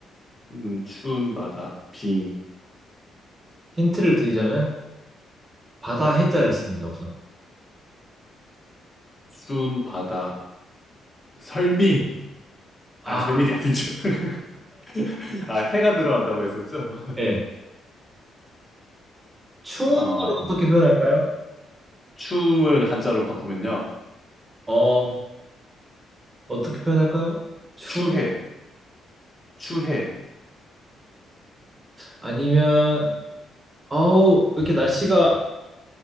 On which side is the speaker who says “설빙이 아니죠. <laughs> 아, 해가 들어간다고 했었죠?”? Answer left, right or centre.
Left